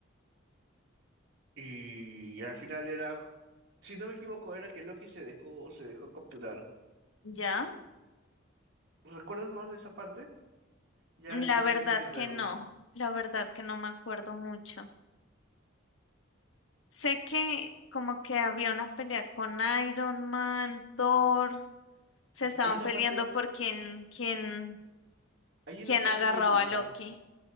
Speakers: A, on the right (about 60°); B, on the left (about 85°).
A: y al final era, si no me equivoco, era que Loki se dejó, se dejó capturar.
B: ¿Ya?
A: ¿Recuerdas más de esa parte? Ya,
B: La
A: ya estoy
B: verdad
A: media verde.
B: que no, la verdad que no me acuerdo mucho. Sé que como que había una pelea con Iron Man, Thor, se estaban
A: Hay una
B: peleando
A: parte,
B: por quién, quién,
A: hay una
B: quién
A: parte
B: agarraba
A: épica.
B: a Loki.